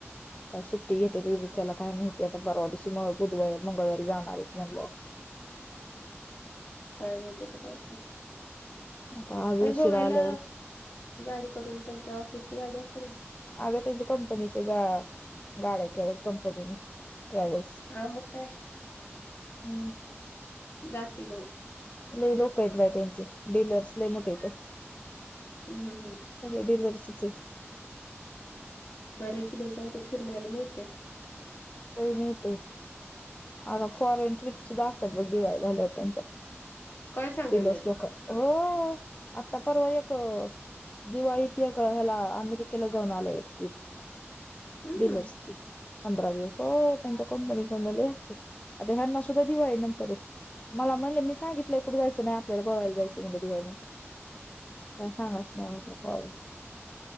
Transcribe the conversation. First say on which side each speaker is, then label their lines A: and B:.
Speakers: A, on the left; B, on the left.
A: काय सुट्टी घेते त उदीच्याला काय माहितीय आता परवा दिवशी म बुधवारी मंगळवारी जाणार आहेत म्हणल्या. <inaudible>
B: काय माहिते ते काय कर.
A: आता आज
B: काय
A: उशिरा
B: गोव्याला
A: आल्यावर
B: गाडी करून त्यांच्या ऑफिसची गाडी असेल ना.
A: अगं त्यांच्या कंपनीची ग गाड्या केल्यात कंपनीनी ट्रॅव्हल्स.
B: आ मग काय
A: हम.
B: जातील ओ
A: नाही लोक आहेतेत बाय त्यांचे डीललर्स लय मोठ येत.
B: हम हम हम.
A: सगळे डिर्लस च आहेत.
B: बरे आहे की बै जाऊदे फिरून यायला मिळते.
A: काही मी ते. आता फॉरेन ट्रिपस सुद्धा असतात बग दिवाळी झाल्यावर त्यांच्या
B: काय सांगायल्यात
A: डिर्लस लोक हो आत्ता परवा एक दिवाळीत ह्याला अमेरिकेला जाऊन आलाय एक ट्रिप.
B: हम्म
A: डीलर्स ची पंधरा दिवस हो त्यांच्या कंपनी कडन लय आता ह्याना सुद्धा दिवाळी नंतर मला म्हणले मी सांगितलं कुंठ जायचं नाही आपल्याला गोवायला जायं म्हलं दिवायनंतर काय सांगच नाही काय.